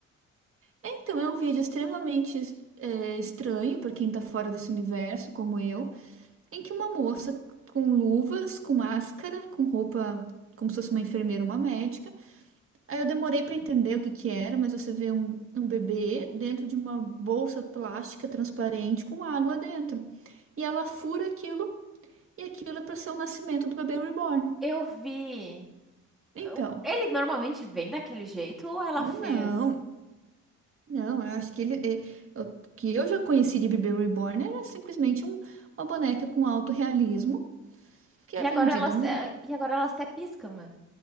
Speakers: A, on the right (about 45°); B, in the centre.
A: é, Então, é um vídeo extremamente é, estranho para quem tá fora desse universo, como eu. em que uma moça com luvas, com máscara, com roupa como se fosse uma enfermeira, uma médica. Aí eu demorei para entender o que que era, mas você vê um, um bebê dentro de uma bolsa plástica transparente com água dentro. E ela fura aquilo, e aquilo é para ser o nascimento do bebê reborn.
B: eu vi.
A: Então,
B: Eu- Ele normalmente vem daquele jeito ou ela
A: não.
B: fez?
A: Não, eu acho que ele, eh, o que eu já conheci de bebê reborn era simplesmente um- uma boneca com alto realismo que é
B: E
A: vendida
B: agora elas, é, e agora elas até piscam, né?